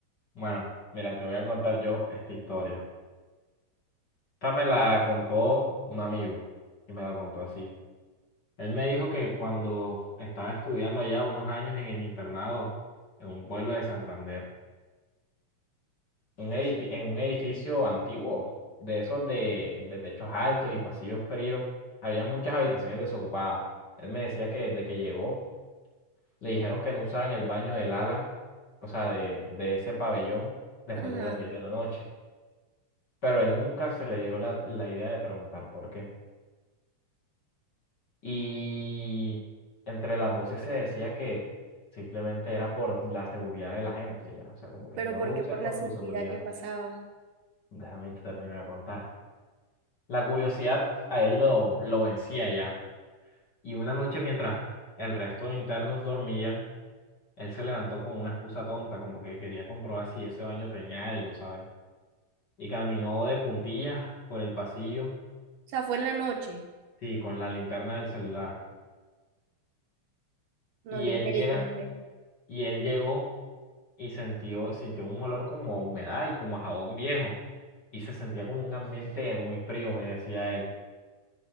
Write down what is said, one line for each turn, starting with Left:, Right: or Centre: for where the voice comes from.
Left: Bueno, mira, te voy a contar yo esta historia. Esta me la contó un amigo y me la contó así. Él me dijo que cuando estaba estudiando allá unos años en el internado, en un pueblo de Santander, un edifi- en un edificio antiguo, de esos de, de techos altos y pasillos fríos, había muchas habitaciones desocupadas. Él me decía que desde que llegó le dijeron que no usaran el baño del ala, o sea, de, de ese pabellón después
Right: Ajá,
Left: de las 10 de la noche. Pero él nunca se le dio la, la idea de preguntar por qué. Y entre las voces se decía que simplemente era por la seguridad de la gente, ya. O sea, como que
Right: pero
Left: no
Right: ¿por
Left: lo uses
Right: qué? Por
Left: por
Right: la seguridad
Left: tu seguridad.
Right: que pasaba.
Left: Déjame te termino de contar. La curiosidad a él lo, lo vencía ya. Y una noche mientras el resto de internos dormían, él se levantó con una excusa tonta, como que quería comprobar si ese baño tenía algo, ¿sabes? Y caminó de puntillas por el pasillo,
Right: O sea, fue en la noche.
Left: sí, con la linterna del celular.
Right: No,
Left: Y
Right: qué
Left: él
Right: inteligente.
Left: llega, y él llegó y sintió, sintió un olor como a humedad y como a jabón viejo. Y se sentía como un ambiente muy frío, me decía él.